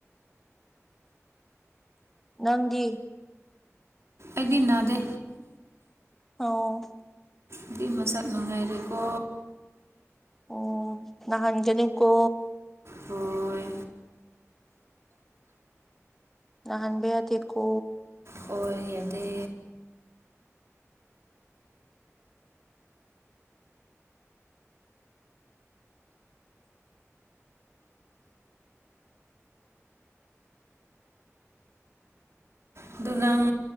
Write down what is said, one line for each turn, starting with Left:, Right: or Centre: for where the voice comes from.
Centre: ꯅꯪꯗꯤ
Right: ꯑꯩꯗꯤꯅꯥꯗ
Centre: ꯑ
Right: ꯑꯗꯨ ꯃꯁꯥ ꯅꯅꯨꯡꯉꯥꯏꯔꯀ
Centre: ꯑꯣ ꯅ ꯍꯟꯖꯅꯤ ꯀꯣ
Right: ꯍꯣꯏ
Centre: ꯅꯍꯥꯟꯕꯤ ꯌꯥꯗꯤꯦ ꯏꯀꯣ
Right: ꯍꯣꯏ ꯌꯥꯗꯦ ꯑꯗꯨ ꯅꯪ